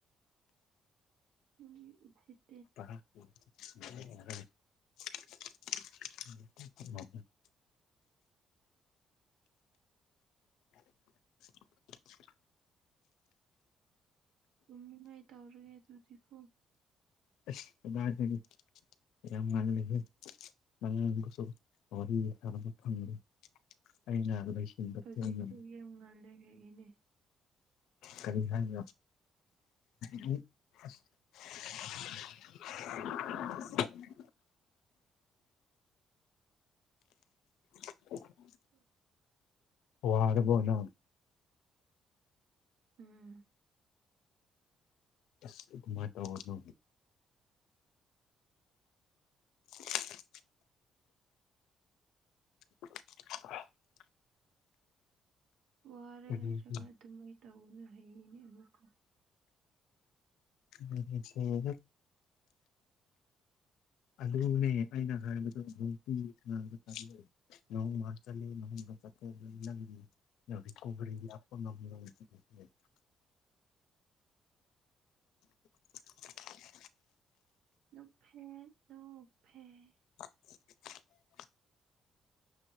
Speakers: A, on the right; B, on the left.
A: ꯃꯤ ꯎꯁꯤꯠ
B: <unintelligible> <inaudible>
A: ꯇꯨꯝꯅꯤꯉꯥꯏ ꯇꯧꯔꯒꯦ ꯑꯗꯨꯗꯤꯀꯣ
B: ꯑꯁ ꯏꯕꯥꯟꯅꯤ <unintelligible> ꯌꯥꯝ ꯉꯜꯂꯤꯍꯦ <unintelligible> ꯋꯥꯔꯤ ꯁꯥꯟꯅꯕ ꯐꯪꯗꯦ ꯑꯩꯅ ꯂꯣꯏꯁꯤꯟꯕ
A: ꯍꯧꯖꯤꯛꯁꯨ
B: ꯊꯦꯡꯅ
A: ꯌꯥꯝ‌ ꯉꯜꯂꯤ ꯍꯥꯏꯌꯦꯅꯦ
B: ꯀꯔꯤ ꯍꯥꯏꯔꫭ <unintelligible> <unintelligible> <inaudible>
A: <inaudible>
B: ꯋꯥꯔꯕꯣ ꯅꯪ
A: ꯎꯝ
B: ꯑꯁ ꯀꯝꯃꯥꯏ ꯇꯧꯕꯅꯣ <inaudible> <unintelligible>
A: ꯋꯥꯔꯦ
B: ꯇꯧꯒꯅꯨ
A: ꯍꯥꯏꯔꯒ ꯑꯗꯨꯝꯃꯥꯏꯅ ꯇꯧꯅꯨ <unintelligible> ꯑꯃꯨꯛꯀ
B: ꯅꯨꯡꯁꯤꯍꯦ ꯑꯗꯨꯅꯦ ꯑꯩꯅ ꯍꯥꯏꯕꯗꫭ ꯅꯨꯡꯇꯤꯒꯤ ꯁꯥꯟꯅꯕ <unintelligible> ꯅꯣꯡ ꯃꯔꯛ ꯆꯠꯂꯦ <unintelligible> ꯅꯪꯗꯤ <unintelligible> <inaudible>
A: ꯅꯣꯛꯐꯦꯠ ꯅꯣꯛꯐꯦꯠ
B: <inaudible>